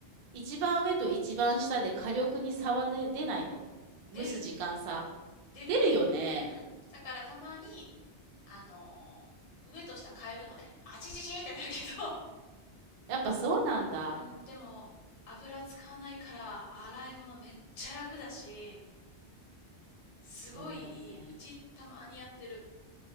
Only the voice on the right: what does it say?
一番上と一番下で火力に差はね出ないの蒸す時間差。
出るよね。
やっぱそうなんだ。
そうだよね。